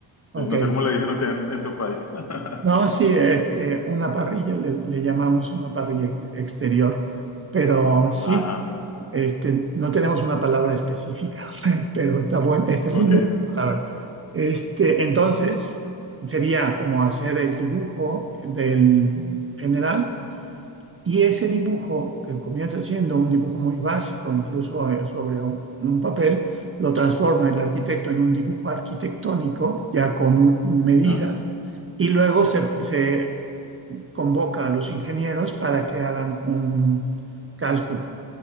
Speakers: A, on the right; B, on the left.
A: Ok.
B: sí, No sé cómo le dicen ustedes en, en tu país. <laughs>
A: No, sí, este, una parrilla, le, le llamamos una parrilla ex- exterior, pero sí,
B: Ajá,
A: este, no tenemos una palabra específica, <laughs> pero está buen, está linda
B: ok.
A: la palabra. Este, entonces, sería como hacer el dibujo del general y ese dibujo, que comienza siendo un dibujo muy básico, incluso eh, sobre un, un papel, lo transforma el arquitecto en un dibujo arquitectónico, ya con un- medidas,
B: Ajá,
A: y luego se, se convoca a los ingenieros para que hagan un cálculo.